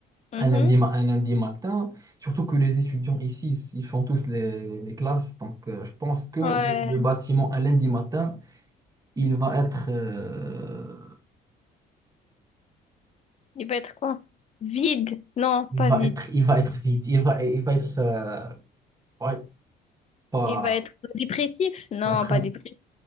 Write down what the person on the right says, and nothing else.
un lundi, ma- un lundi matin, surtout que les étudiants ici, ils font tous les, les les classes. Donc, euh, je pense que le,
le bâtiment, un lundi matin, il va être, euh,
il
va
être, il va être vide. Il va, il va être, euh, ouais, pas,
va être
un,